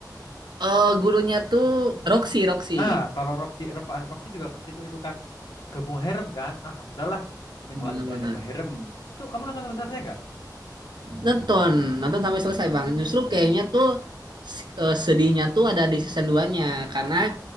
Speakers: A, on the right (about 85°); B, on the left (about 80°).
A: Oh, gurunya tuh Roxy, Roxy.
B: Nah, kalau Roxy Rep- Roxy juga ke situ ikutan gabung harem kan. Ah, udahlah. Ini
A: Benar-benar.
B: bakal jadi anime harem. Itu kamu nonton sampai selesai nggak?
A: Nonton, nonton sampai selesai, Bang. Justru kayaknya tuh s- eh, sedihnya tuh ada di season duanya karena